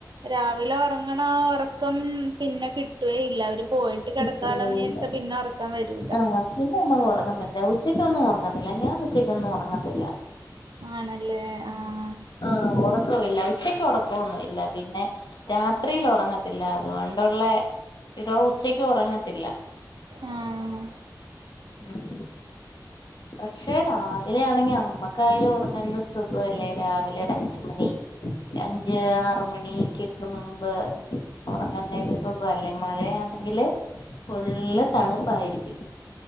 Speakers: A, on the right; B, on the left.
A: രാവിലെ ഒറങ്ങണോ ഒറ് ക്കം പിന്നെ കിട്ടുവയില്ല അവര് പോയിട്ട് കെടക്കാലോന്ന്
B: കിട്ടുകയില്ല
A: വിചാരിച്ചാ പിന്നെ ഒറക്കം വരൂല
B: ആഹ് പിന്നെ നമ്മള് ഒറങ്ങുന്നില്ല ഉച്ചക്കൊന്നും ഒറങ്ങത്തില്ല ഞാൻ ഉച്ചയ്കൊന്നും ഒറങ്ങത്തില്ല
A: ആണല്ലേ ആഹ്.
B: ആഹ് ഒറക്കവില്ല ഉച്ചയ്ക്ക് ഒറക്കവൊന്നുല്ല പിന്നെ രാത്രിയില് ഒറങ്ങത്തില്ല അതുകൊണ്ടുള്ളെ ഇതോ ഉച്ചയ്ക്ക് ഒറങ്ങത്തില്ല
A: ആഹ്
B: ഉം പക്ഷെ രാവിലെയാണെങ്കി അമ്മക്കായാലും ഒറങ്ങാനൊരു സുഖവല്ലേ രാവിലെ ഒരു അഞ്ച് മണി അഞ്ച് ആറ് മണിക്കൊക്കെ മുമ്പ് ഒറങ്ങുന്നേന് സുഖവല്ലേ മഴയാണെങ്കില് ഫുള്ള് തണുപ്പായിരിക്കും